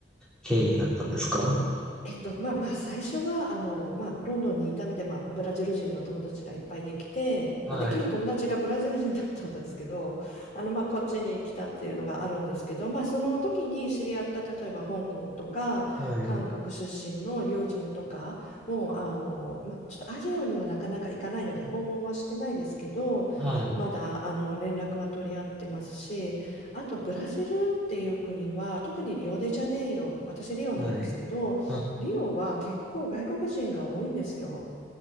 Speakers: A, in the centre; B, on the left.
A: 経緯になったんですか
B: えっと、まあまあ最初はあの、まあ、ロンドンにいたので、まあ、ブラジル人の友達がいっぱいできて、
A: はい、
B: まあ、できる友達がブラジル人だったんですけどあの、まあ、こっちに来たっていうのがあるんですけど、まあ、その時に知り合った例えば香港とか韓国出身の友人とかもあの、
A: はい、
B: まあ、ちょっとアジアにはなかなか行かないので訪問はしてないですけどまだあの連絡は取り合ってますしあとブラジルっていう国は特にリオデジャネイロ私リオなんですけどリオは結構外国人が多いんですよ。
A: はい、はい。あ、